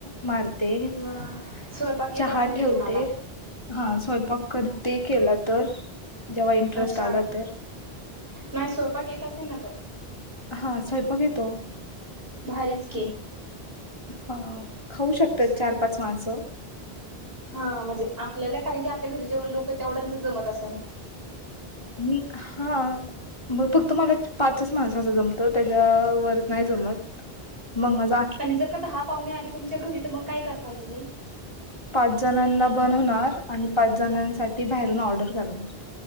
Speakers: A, on the left; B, on the right.
A: मारते,
B: वा स्वयंपाक येत
A: चहा
B: असेल
A: ठेवते
B: की तुम्हाला
A: हा स्वयंपाक करते केला तर जेव्हा इंटरेस्ट
B: अच्छा
A: आला तर
B: नाही स्वयंपाक येत असेल ना पण?
A: हा स्वयंपाक येतो.
B: भारीच की.
A: अह खाऊ शकतात चार पाच माणसं
B: हा म्हणजे आपल्याला कारण की आपल्या घरी जेवढे लोक आहेत तेवढ्यांच जमत असेल.
A: मी हा मग फक्त मला पाचच माणसाच जमत त्याच्यावर नाही जमत मग मा
B: आणि जर का दहा पाहुणे आले तुमच्या घरी तर मग काय करताल तुम्ही
A: पाच जणांना बनवणार आणि पाच जणांसाठी बाहेरून ऑर्डर करणार.